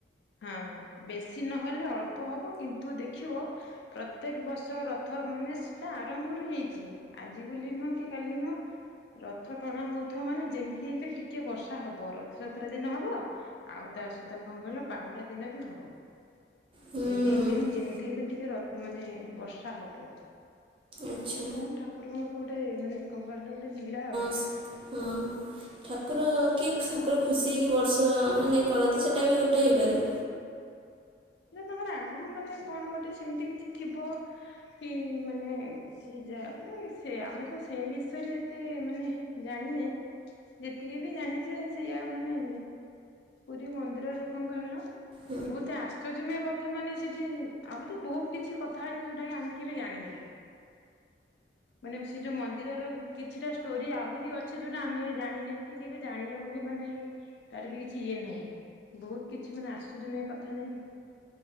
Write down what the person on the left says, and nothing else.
ହଁ ବେଶୀ ନହେଲେ ଅଳ୍ପ ହବ କିନ୍ତୁ ଦେଖିବ ପ୍ରତ୍ୟେକ ବର୍ଷ ରଥ ମାନେ ସେଟା ଆରମ୍ଭରୁ ହେଇଛି ଆଜି ବୋଲି ନୁହଁ କି କାଲି ନୁହଁ ରଥ ଟଣା ହଉଥିବା ମାନେ ଯେମିତି ହେଲେ ଟିକେ ବର୍ଷା କଥା ହବ ରଥଯାତ୍ରା ଦିନ ହବ ଆଉ ତା ସହିତ କଣ କହିଲ ବାହୁଡା ଦିନ ବି ହବ।
ଏଇ ଦି ଦିନ ଯେମିତି ହେଲେ ଟିକେ ମାନେ ବର୍ଷା ହବ
ଏ କଣ ଠାକୁରଙ୍କର ଗୋଟେ ମାନେ କଣ କହିଲା ଗୋଟେ ଲୀଳା ଆଉ
ସେଟା ତାଙ୍କର ଆଗରୁ ମାନେ କଣ ଗୋଟେ ସେମିତି କିଛି ଥିବ କି ମାନେ ସି ଯା ମାନେ ସେ ଆମେ ତ ସେଇ ବିଷୟରେ ଏତେ ମାନେ ଜାଣିନେ ଯେତିକି ବି ଜାଣିଛେ ସେଇଆା ମାନେ ପୁରୀ ମନ୍ଦିରରେ କଣ କହିଲ
ବହୁତ ଆସ ଆଶ୍ଚର୍ଯ୍ୟ ମଧ୍ୟ କଥା ମାନେ ସେଠି ଆହୁରି ବହୁତ କିଛି କଥା ଅଛି ଯୋଉଟା କି ଆମେ କେବେ ଜାଣିନେ
ମାନେ ସେ ଯୋଉ ମନ୍ଦିରର କିଛିଟା ଷ୍ଟୋରି ଆହୁରି ଅଛି ଯୋଉଟା ଆମେ ଜାଣିନାହିଁ କି କେବେ ଜାଣିବା ବୋଲି ମାନେ ତାର ବି କିଛି ଇଏ ନାହିଁ ବହୁତ କିଛି ମାନେ ଆଶ୍ଚର୍ଯ୍ୟ ମୟ କଥା ନାଇକି?